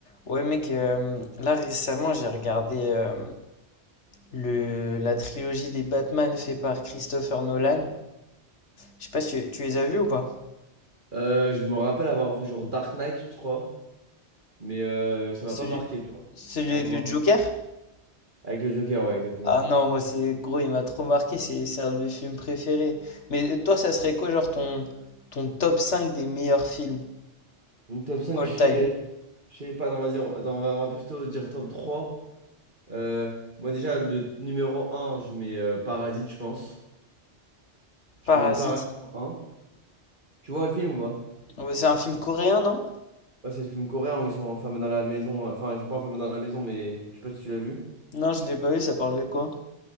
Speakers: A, on the left (about 80°); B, on the right (about 45°).
A: Ouais mec, euh, là récemment j'ai regardé euh, le, la trilogie des Batman fait par Christopher Nolan. Je sais pas si tu, tu les as vus ou pas?
B: Euh, je me rappelle avoir vu genre Dark Knight, je crois, mais euh, ça
A: Celui,
B: m'a pas marqué, tu vois.
A: celui
B: Ça m'a
A: avec
B: pas marqué.
A: le Joker?
B: Avec le Joker, ouais, exactement.
A: Ah non, moi c'est gros, il m'a trop marqué, c'est c'est un de mes films préférés. Mais euh, toi ça serait quoi genre ton, ton top 5 des meilleurs films
B: Mon top cinq
A: all
B: je sais
A: time?
B: je sais pas, attends, vas-y, on, attends, on va, on va plutôt dire top trois Euh, moi, déjà, le numéro un je mets euh, Parasite, je pense. Je
A: Parasite.
B: mets Parasite un Tu vois le film ou pas?
A: Ouais, C'est un film coréen, non?
B: Ouais, c'est le film coréen où ils sont enfermés dans la maison. euh, Enfin, ils sont pas enfermés dans la maison, mais je sais pas si tu l'as vu.
A: Non, je l'ai pas vu, ça parle de quoi?